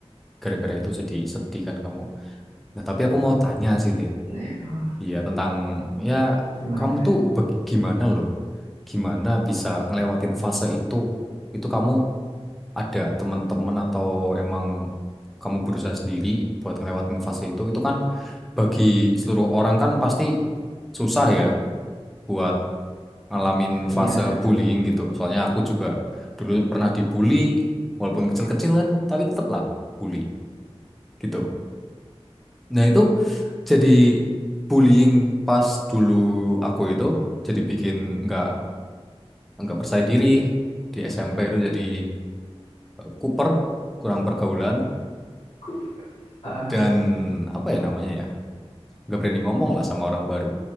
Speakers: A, in the centre; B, on the left.
A: Gara-gara itu jadi sedih kan kamu. Nah, tapi aku mau tanya sih, Lip.
B: Nah,
A: Iya, tentang... Ya,
B: gimana?
A: kamu tuh bagaimana loh? Gimana bisa ngelewatin fase itu? Itu kamu ada teman-teman atau emang kamu berusaha sendiri buat ngelewatin fase itu? Itu kan bagi seluruh orang kan pasti susah ya buat ngalamin
B: Ya,
A: fase bullying gitu. Soalnya aku juga dulu pernah dibully, walaupun kecil-kecil kan, tapi tetaplah bully. gitu. Nah itu jadi bullying pas dulu aku itu jadi bikin nggak nggak percaya diri di SMP itu jadi Cooper kuper kurang pergaulan
B: aku, heeh.
A: dan apa ya namanya ya nggak berani ngomong lah sama orang baru